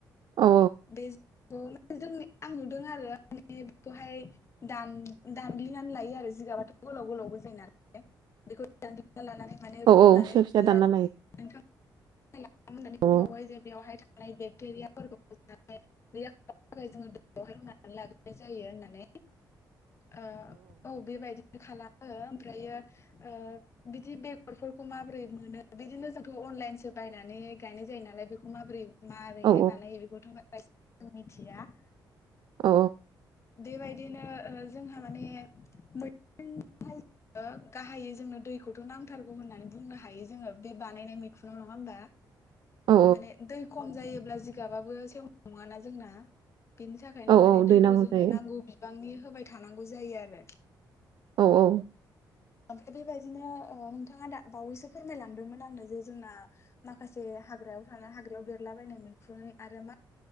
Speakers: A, on the right; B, on the left.
A: औ
B: बे जोंनि आं नुदों आरो माने बेखौहाय दानग्लिनानै लायो आरो जिगाबाथ' गोलाव गोलावबो जायो नालाय। बेखौ दानग्लिना लानानै माने
A: औ
B: रुनानै
A: औ फिसा
B: लायो
A: फिसा दानना
B: आरो नोंथां होननानै बुंबावबाय
A: औ
B: जे बेवहाय थानाय बेक्टेरियाफोरखौ <unintelligible> दैनो थाखाय जोङो दैआवहाय रुनानै लाग्रोनाय जायो होननानै ओ औ बेबायदिनो खालामो ओमफ्रायो ओ बिदि बेगर बेखौ माबोरै मोनो बिदिनो जोंथ' अनलाइनसो बायनानै गायनाय जायो नालाय बेखौ माबोरै माबोरैहाय
A: औ
B: बानायो बेखौथ' बारा एसेबां मिथिया।
A: औ
B: बेबायदिनो जोंहा माने <unintelligible> <unintelligible> गाहायै जोंनो दैखौथ' नांथारगौ होननानै बुंनो हायो जोङो। बे बानायनाय मैखुनाव नङा होमबा
A: औ
B: माने दै खम जायोब्ला जिगाबाबो सेव नङाना जोंना बिनि थाखायनो
A: औ
B: माने
A: दैनांगौ
B: दैखौ जोङो
A: जायो
B: नांगौ बि बिबांनि होबाय थानांगौ जायो आरो।
A: औ औ
B: ओमफ्राय बेबायदिनो नोंथाङा दा बावैसो फोरमायलांदोंमोन आंनो जे जोंना माखासे हाग्रायाव थानाय हाग्रायाव बेरलाबायनाय मैखुन आरो मा